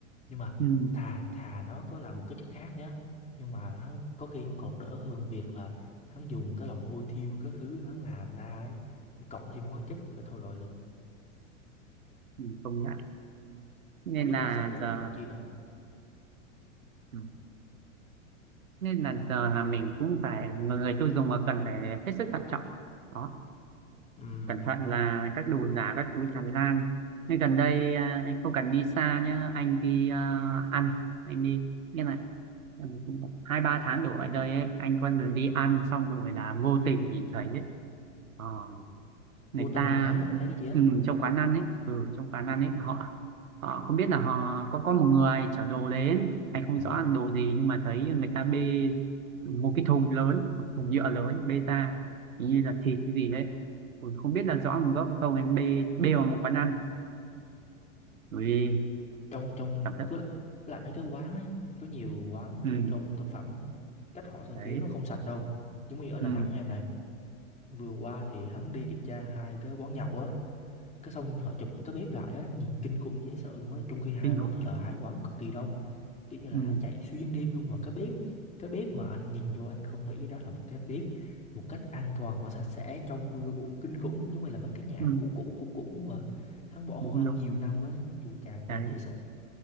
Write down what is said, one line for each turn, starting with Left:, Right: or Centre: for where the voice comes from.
Left: Nhưng mà
Right: Ừ.
Left: thà thà nó có làm một cái chất khác nhá. Nhưng mà hắn có khi hắn còn đỡ hơn việc là hắn dùng cái lòng ôi thiêu các thứ hắn làm ra ấy, cộng thêm hóa chất nữa thôi rồi luôn.
Right: ừ, Công nhận. Nên
Left: Không biết
Right: là
Left: là sắp tới
Right: giờ
Left: còn vụ chi nữa không?
Right: ừ. nên là giờ là mình cũng phải người, người tiêu dùng mà cần phải hết sức thận trọng đó
Left: Ừm,
Right: cẩn thận là các đồ giả các thứ tràn lan nên gần đây à, anh không cần đi xa nhá anh đi à, ăn anh đi như này ừ, cũng khoảng hai ba tháng đổ lại đây ấy, anh có lần đi ăn xong rồi là vô tình nhìn thấy ấy. Ờ,
Left: vô
Right: người
Left: tình
Right: ta
Left: nhìn thấy á, anh thấy cái gì á?
Right: ừ, trong quán ăn ấy ừ, trong quán ăn ấy họ họ không biết là họ có có một người chở đồ đến anh không
Left: À,
Right: rõ là đồ gì nhưng mà thấy người ta bê một cái thùng lớn một thùng nhựa lớn bê ra hình như là thịt cái gì đấy Ui, không biết là rõ nguồn gốc hay không em bê bê vào một quán ăn Ui,
Left: trong trong
Right: cảm giác
Left: với lại, với lại mấy cái quán ấy, có nhiều quán
Right: ừ,
Left: kiểu trong thực phẩm á, cách họ sơ
Right: đấy
Left: chế nó không sạch đâu. Giống như ở Đà
Right: ừ,
Left: Nẵng em này Vừa qua thì hắn đi kiểm tra hai cái quán nhậu á, cái xong họ chụp cái bếp lại á, nhìn kinh khủng dễ sợ luôn á, trong khi hai
Right: kinh
Left: quán
Right: khủng
Left: đó là hai quán cực kỳ đông, kiểu như là
Right: ừ,
Left: hắn chạy xuyên đêm luôn mà cái bếp, cái bếp mà anh nhìn vô anh không nghĩ đó là một cái bếp một cách an toàn và sạch sẽ trong bừa bộn kinh khủng, chúng mày là mấy cái nhà
Right: ừ,
Left: cũ cũ cũ cũ mà hắn bỏ
Right: đúng
Left: hoang
Right: đúng
Left: nhiều năm á, chu cha kinh
Right: đấy
Left: dễ sợ.